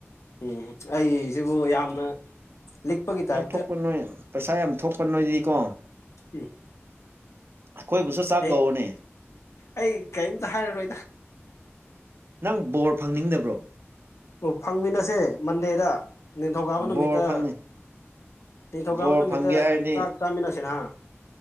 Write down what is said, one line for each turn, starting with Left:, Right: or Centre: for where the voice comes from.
Left: ꯎꯝ ꯑꯩꯁꯤꯕꯨ ꯌꯥꯝꯅ ꯂꯤꯛꯄꯒꯤ
Right: ꯄꯩꯁꯥ
Left: ꯇꯥꯏꯞꯇ
Right: ꯊꯣꯛꯄ ꯅꯣꯏ ꯄꯩꯁꯥ ꯌꯥꯝ ꯊꯣꯛꯄ ꯅꯣꯏꯗꯤꯀꯣ
Left: ꯎꯝ
Right: ꯑꯩꯈꯣꯏꯕꯨꯁꯨ ꯆꯥꯛ
Left: ꯑꯩ
Right: ꯀꯧꯑꯣꯅꯦ
Left: ꯑꯩ ꯀꯔꯤꯝꯇ ꯍꯥꯏꯔꯔꯣꯏꯗ
Right: ꯅꯪ ꯕꯣꯔ ꯐꯪꯅꯤꯡꯗꯕ꯭ꯔꯣ
Left: ꯑꯣ ꯐꯪꯃꯤꯟꯅꯁꯦ ꯃꯟꯗꯦꯗ ꯅꯤꯡꯊꯧꯀꯥꯕ ꯅꯨꯃꯤꯠꯇ
Right: ꯕꯣꯔ ꯐꯪ
Left: ꯅꯤꯡꯊꯧꯀꯥꯕ
Right: ꯕꯣꯔ
Left: ꯅꯨꯃꯤꯠꯇ
Right: ꯐꯪꯒꯦ ꯍꯥꯏꯔꯗꯤ
Left: ꯆꯥꯛ ꯆꯥꯃꯤꯟꯅꯁꯤ ꯅꯍ <inaudible>